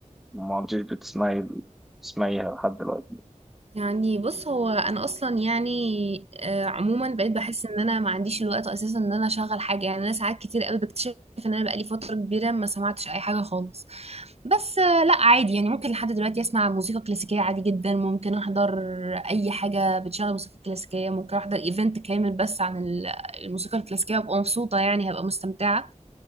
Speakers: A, in the centre; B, on the right.
A: وما عدتيش بتسمعي تسمعيها لحد دلوقتي
B: يعني بص هو انا اصلا يعني آه، عموما بقيت بحس ان انا ما عنديش الوقت اساسا ان انا اشغل حاجه يعني انا ساعات كتير قوي بكتشف ان انا بقالي فتره كبيره ما سمعتش اي حاجه خالص بس آه، لا عادي يعني ممكن لحد دلوقتي اسمع موسيقى كلاسيكيه عادي جدا ممكن احضر اي حاجه بتشغل موسيقى كلاسيكيه ممكن احضر ايفنت كامل بس عن ال- الموسيقى الكلاسيكيه وابقى مبسوطه يعني هبقى مستمتعه